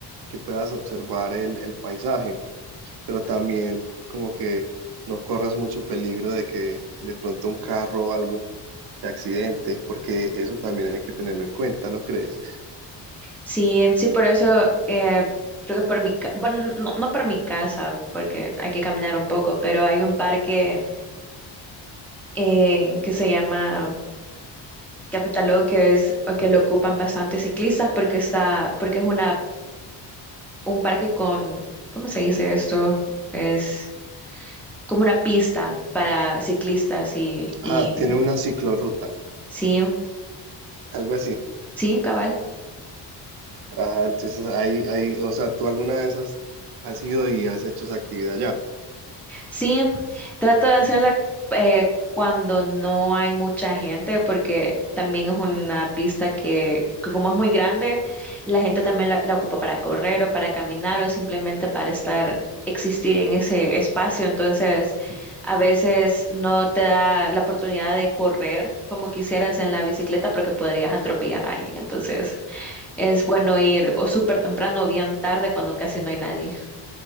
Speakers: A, on the right (about 60°); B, in the centre.
A: que puedas observar el, el paisaje, pero también como que no corras mucho peligro de que de pronto un carro o algo te accidente, porque eso también hay que tenerlo en cuenta, ¿no crees?
B: Sí, sí, por eso eh, creo que por mi, ca- bueno, no, no por mi casa, porque hay que caminar un poco, pero hay un parque eh, que se llama Cafetalón, que es o que lo ocupan bastantes ciclistas porque está, porque es una un parque con, ¿cómo se dice esto? Es como una pista para ciclistas y y
A: Ah, tiene una ciclorruta,
B: sí,
A: algo así.
B: sí, cabal.
A: Ah, entonces ahí, ahí, o sea, ¿tú alguna vez has, has ido y has hecho esa actividad ya?
B: Sí, trato de hacerla eh, cuando no hay mucha gente, porque también es una pista que, que como es muy grande, la gente también la, la ocupa para correr o para caminar o simplemente para estar, existir en ese espacio. Entonces, a veces no te da la oportunidad de correr como quisieras en la bicicleta porque podrías atropellar a alguien. Entonces, es bueno ir o súper temprano o bien tarde cuando casi no hay nadie.